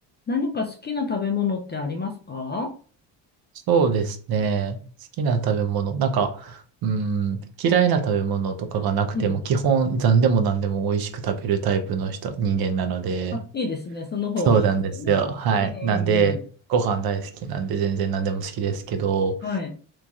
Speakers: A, on the left; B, on the right.
A: 何か好きな食べ物ってありますか
B: そうですね。好きな食べ物。なんか、うん、嫌いな食べ物とかがなくても、
A: うん。
B: 基本、残でも何でも美味しく食べるタイプの人、人間なので、
A: あ、いいですね。その方がいいですよね。
B: そうなんですよ。はい。
A: うん。
B: なんで、ご飯大好きなんで、全然何でも好きですけど、
A: はい。